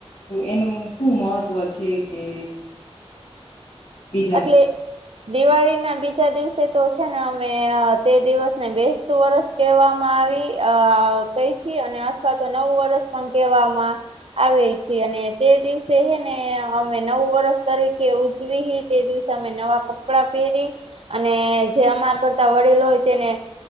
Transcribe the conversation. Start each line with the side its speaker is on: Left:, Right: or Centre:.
Left: એનું શું મહત્ત્વ છે કે બીજન
Right: એટલે દિવાળી ના બીજા દિવસે તો છે ને અમે તે દિવસને બેસતું વરસ કહેવામાં આવી કઈ છીએ અને અથવા તો નવું વરષ પણ કહેવામાં આવે છી અને તે દિવસે હ ને અમે નવું વરસ તરીકે ઉજવી તે દિવસે અમે નવા કપડા પહેરી અને જે અમારા કરતા વડીલો હોય તેને